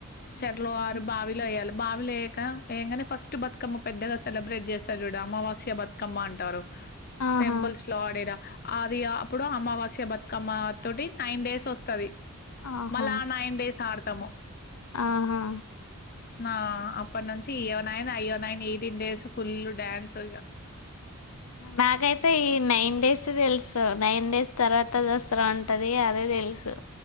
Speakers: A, on the left; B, on the left.
A: చెర్లో
B: మ్మ్.
A: బావి ఎయాలి బావి లేక ఏంగానే, ఫస్ట్ బతుకమ్మ పెద్దగా సెలబ్రేట్ చేస్తారు. చూడు అమావాస్య బతుకమ్మ అంటారు.
B: ఆహా
A: టెంపల్స్ లో వాడిరా అది అప్పుడు అమావాస్య బతుకమ్మ తోటి నైన్ డేస్ వస్తది.
B: ఆహా
A: మళ్ళా నైన్త్ సార్ తమ
B: ఆహా
A: నా అప్పటి నుంచి ఇయో నైన్ అయ్యో nine eighteen days full dance ఇక.
B: బాగయితే ఈ నైన్ డేస్ తెలుసు. నైన్ డేస్ తర్వాత దసరా ఉంటది అదే తెలుసు.